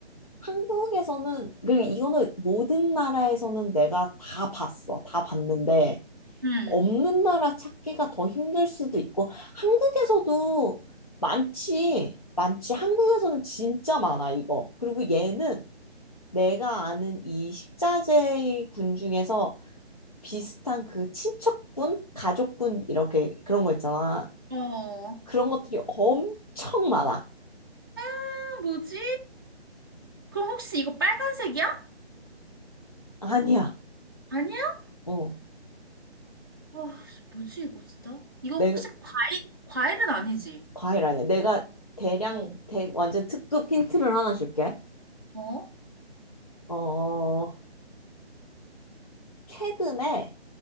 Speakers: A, on the left (about 35°); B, on the right (about 20°).
A: 한국에서는, 그리고 이거는 모든 나라에서는 내가 다 봤어. 다 봤는데,
B: 응.
A: 없는 나라 찾기가 더 힘들 수도 있고, 한국에서도 많지. 많지. 한국에서는 진짜 많아, 이거. 그리고 얘는 내가 아는 이 식자재 군 중에서 비슷한 그 친척군, 가족군, 이렇게 그런 거 있잖아.
B: 어,
A: 그런 것들이 엄청 많아.
B: 아, 뭐지? 그럼 혹시 이거 빨간색이야?
A: 아니야.
B: 아니야?
A: 어.
B: 어, 뭐지 이거 진짜? 이거
A: 내,
B: 혹시 과일, 과일은 아니지?
A: 과일 아니야. 내가 대량,
B: 어,
A: 대, 완전 특급 힌트를 하나 줄게.
B: 어,
A: 어, 최근에